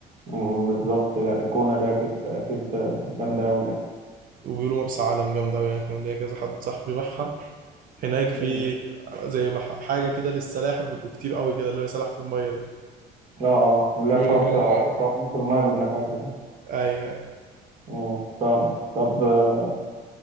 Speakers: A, on the right (about 35°); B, on the right (about 55°).
A: وبالظبط يعني الجونه دي اكيد اكيد جامده قوي يعني
B: وبيقولوا مرسى علم جامدة أوي يعني كان ليا كذا حد صاحبي راحها هناك في
A: مم.
B: زي ما ح- حاجة كده للسلاحف بيبقوا كتير أوي كده اللي هي سلاحف في المية دي
A: اه اه اللي
B: بيقولوا
A: هي بتقعد
B: جامدة
A: تع-
B: أوي
A: تعوم في المايه بجناحاتها
B: أيوة
A: مم. فاهمك طب آه،